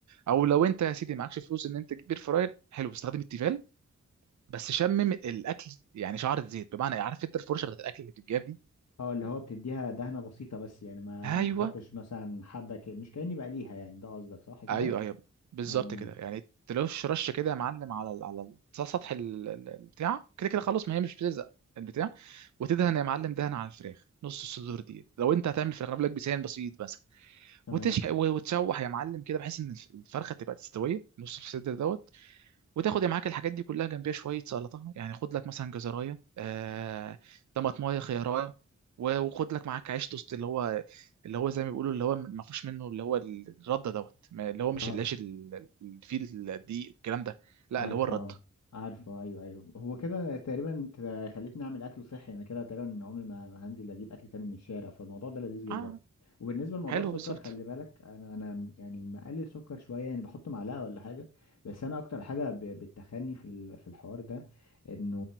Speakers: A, on the right; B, on the left.
A: او لو انت يا سيدي معكش فلوس ان انت تجيب اير فراير حلو استخدم التيفال بس شمم الاكل يعني شعرة زيت بمعنى إيه؟ عارف انت الفرشة بتاعت الاكل اللي بتتجاب دي
B: اه اللي هو بتديها دهنة بسيطة بس يعني ما
A: ايوه
B: ما احطش مثلا حبة ك... مش كأني بقليها يعني ده قصدك صح كده؟
A: ايوه ايوه بالظبط
B: اه
A: كده يعني تلوش رش كده يا معلم على ال- على ال- سطح ال- ال- البتاع كده كده خلاص ما هي مش بتلزق البتاع وتدهن يا معلم دهن على الفراخ نص الصدور دي لو انت هتعمل فراخ أنا بقول لك بسان بسيط بس
B: تمام
A: وتشح و- وتشوح يا معلم كده بحيث ان الفرخه تبقى تستويه نص الصدر دوت وتاخد معاك الحاجات دي كلها جنبيها شويه سلطه يعني خد لك مثلا جزرايه آه، طماطمايه خيارايه و- وخد لك معاك عيش توست اللي هو اللي هو زي ما بيقولوا اللي هو ما فيهوش منه اللي هو الرده دوت ما- اللي هو مش
B: اه
A: العيش ال- اللي فيه الدقيق والكلام ده لا
B: عارفة
A: اللي هو الرده
B: عارفة أيوه أيوه هو كده تقريبا انت خليتني أعمل أكل صحي أنا كده تقريبا عمري ما ما هنزل أجيب أكل تاني من الشارع فالموضوع ده لذيذ جدا
A: اه
B: وبالنسبة لموضوع
A: حلو
B: السكر
A: بالظبط
B: خلي بالك أنا أنا يعني مقلل سكر شوية يعني بحط معلقة ولا حاجة بس أنا أكتر حاجة ب- بتخني في ال- في الحوار ده إنه